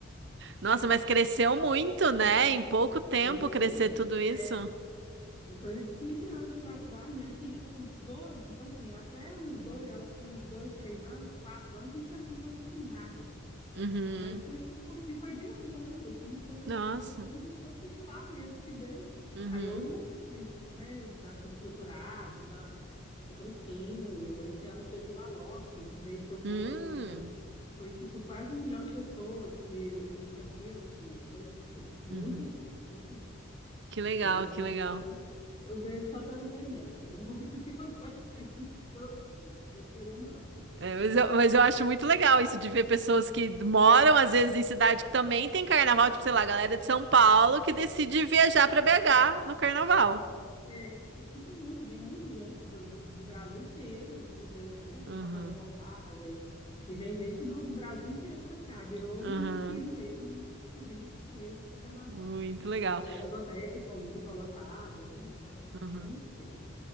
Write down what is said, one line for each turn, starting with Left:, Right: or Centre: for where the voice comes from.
Right: Nossa, mas cresceu muito, né? Em pouco tempo
Left: muito.
Right: crescer tudo isso.
Left: É, é coisa de 15 anos para trás. Minha filha está com 18, então, assim, até uns dois, ela tem uns dois, três anos, quatro anos, não tinha absolutamente nada.
Right: Uhum.
Left: Aí foi, tudo- e foi bem orgânico, assim, foi,
Right: Nossa.
Left: foi coisa do próprio popular mesmo que veio.
Right: Uhum.
Left: Aí hoje já está mais, né, tá com estruturado, tá patrocínio. Esse ano teve o Alok, que veio e tocou
Right: Hum.
Left: aqui na, foi tipo quase um milhão de pessoas que ele reuniu, assim, foi, foi muita
Right: Uhum.
Left: gente, muita gente.
Right: Que legal,
Left: Aí eu
Right: que
Left: vejo
Right: legal.
Left: só pela, eu vejo só pela internet, eu não vou, <laughs> eu não participo, não, tô, tô querendo não.
Right: É, mas eu, mas eu acho muito legal isso de ver pessoas que moram, às vezes, em cidade que também tem carnaval, tipo, sei lá, a galera de São Paulo que decide viajar para BH no carnaval.
Left: É, aqui tem muito, vem muita gente do, de- do Brasil inteiro, você vê, assim, né? O pessoal
Right: Uhum.
Left: faz reportagem, e vem gente do, do Brasil inteiro para cá, virou
Right: Uhum.
Left: um destino mesmo, turístico mesmo para o carnaval.
Right: Muito legal.
Left: Hotéis, hotéis que vão- ficam lotados, né? Então,
Right: Uhum.
Left: bem cheio.